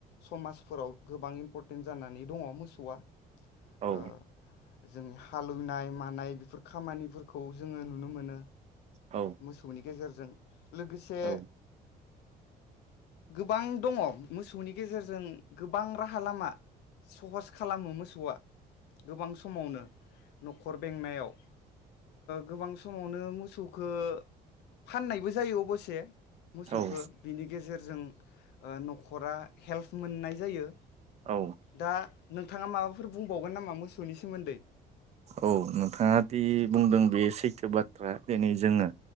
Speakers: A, on the left (about 80°); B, on the right (about 40°).
A: समाजफोराव गोबां इम्परटेन्ट जानानै दङ मोसौआ <unintelligible>
B: औ
A: जोंनि हालौवनाय मानाय बेफोर खामानिफोरखौ जोङो नुनो मोनो
B: औ
A: मोसौनि गेजेरजों जों लोगोसे
B: औ
A: गोबां दङ मोसौनि गेजेरजों गोबां राहा लामा सहस खालामो मोसौआ गोबां सम समावनो न'खर बेंनायाव गोबां सम समावनो मोसौखौ फाननायबो जायो अबसे मोसौखो
B: औ
A: बिनि गेजेरजों न'खरा हेल्प मोननाय जायो
B: औ
A: दा नोंथाङा माबाफोर बुंबावगोन नामा मोसौनि सोमोन्दै
B: औ नोंथाङा दि बुंदों बे सैथो बाथ्रा दिनै जोङो